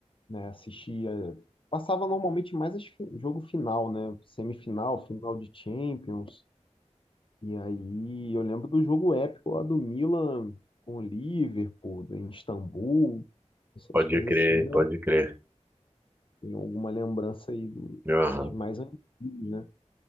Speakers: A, on the left; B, on the right.
A: né? Assistia, passava normalmente mais as fi- jogo final, né? Semifinal, final de Champions. E aí eu lembro do jogo épico lá do Milan com o Liverpool, em Istambul, essas
B: Pode
A: coisas
B: crer,
A: assim, ainda
B: pode crer.
A: tem alguma lembrança aí do-
B: Aham.
A: desses mais antigos, né?